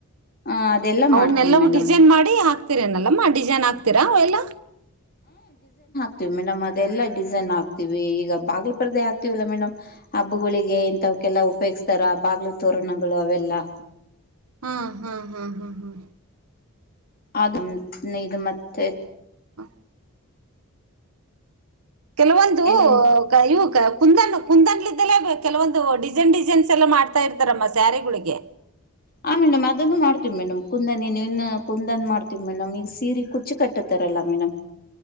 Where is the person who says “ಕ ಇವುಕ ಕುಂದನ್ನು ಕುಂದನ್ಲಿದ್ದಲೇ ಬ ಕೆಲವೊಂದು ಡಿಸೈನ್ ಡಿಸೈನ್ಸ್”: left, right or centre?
Right